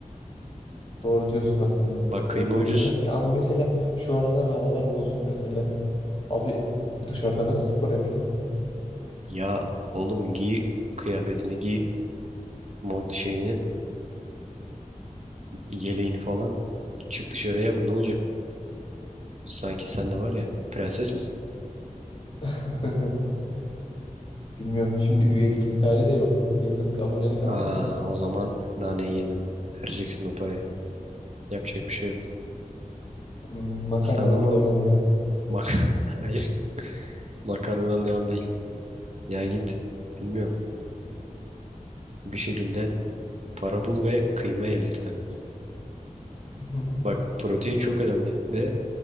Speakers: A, on the left (about 40°); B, on the right (about 50°).
A: doğru diyorsun aslında.
B: Bak kıyma
A: Doğru diyorsun
B: ucuz.
A: da ya ama mesela şu aralar havalar bozuk mesela. Abi dışarıda nasıl spor yapayım ben?
B: Ya oğlum giy kıyafetini giy. Mont şeyini yeleğini falan. Çık dışarı yap ne olacak? Sanki sen de var ya prenses misin?
A: <laughs> Bilmiyorum. Şimdi üyelik iptali de yok. Yıllık abonelik aldım
B: Aa
A: ya.
B: o zaman naneyi yedin. Vereceksin o parayı. Yapacak bir şey yok.
A: Hmm, Makarnadan
B: Sen ama
A: devamı yani.
B: mak <laughs> hayır makarnadan devam değil. Ya git bilmiyorum. Bir şekilde para bul ve kıyma ye lütfen.
A: <laughs>
B: Bak protein çok önemli ve